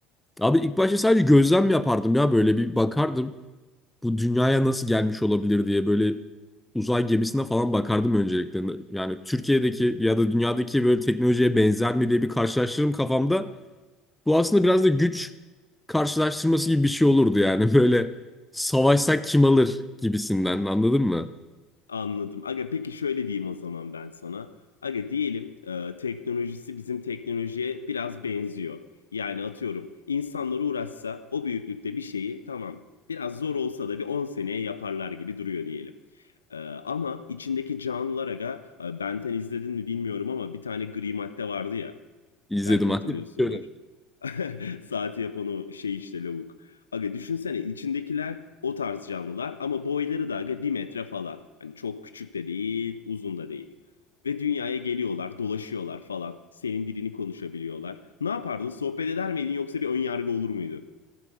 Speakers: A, in the centre; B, on the left.
A: Abi ilk başta sadece gözlem yapardım ya böyle bir bakardım. Bu dünyaya nasıl gelmiş olabilir diye böyle uzay gemisine falan bakardım öncelikle. Yani Türkiye'deki ya da dünyadaki böyle teknolojiye benzer mi diye bir karşılaştırırım kafamda. Bu aslında biraz da güç karşılaştırması gibi bir şey olurdu yani. <laughs> Böyle savaşsak kim alır gibisinden anladın mı?
B: Anladım. Aga peki şöyle diyeyim o zaman ben sana. Aga diyelim e, teknolojisi bizim teknolojiye biraz benziyor. Yani atıyorum insanlar uğraşsa o büyüklükte bir şeyi tamam biraz zor olsa da bir 10 seneye yaparlar gibi duruyor diyelim. E, ama içindeki canlılar aga e, Benten izledin mi bilmiyorum ama bir tane gri madde vardı ya
A: İzledim
B: belki
A: aslında.
B: hatırlıyorsundur.
A: <laughs>
B: <laughs> Saati yapan o şey işte lavuk. Aga düşünsene içindekiler o tarz canlılar ama boyları da aga bir metre falan. Hani çok küçük de değil, uzun da değil. Ve dünyaya geliyorlar, dolaşıyorlar falan. Senin dilini konuşabiliyorlar. Ne yapardın? Sohbet eder miydin yoksa bir önyargı olur muydu?